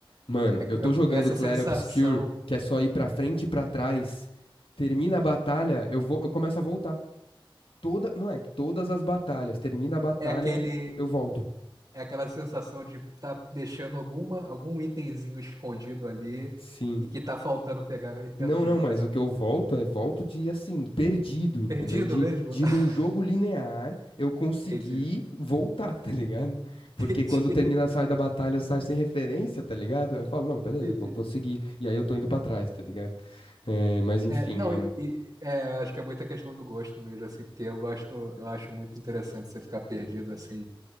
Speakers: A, on the left; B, on the right.
A: Mano,
B: É-
A: eu tô jogando
B: é essa
A: Clair
B: sensação.
A: Obscur, que é só ir pra frente
B: Sim.
A: e pra trás. Termina a batalha, eu vou, eu começo a voltar. Toda, moleque, todas as batalhas. Termina a batalha,
B: É aquele,
A: eu volto.
B: é aquela sensação de estar tá deixando alguma, algum itemzinho escondido ali
A: Sim.
B: e que tá faltando pegar. Eu entendo
A: Não,
B: bem,
A: não,
B: mas
A: mas o que eu volto é volto de assim, perdido, entendeu?
B: Perdido
A: De,
B: mesmo?
A: de
B: <laughs>
A: num jogo linear eu conseguir
B: Entendi,
A: voltar, tá ligado? Porque
B: entendi,
A: quando termina, sai da batalha, eu saio sem referência, tá ligado? Aí Eu falo, não, beleza,
B: entendi.
A: vou, vou seguir. E aí eu tô indo pra trás, tá ligado? É, mas enfim,
B: É, não,
A: mano.
B: e, e, é, eu acho que é muita questão do gosto mesmo, assim, porque eu gosto, eu acho muito interessante você ficar perdido, assim,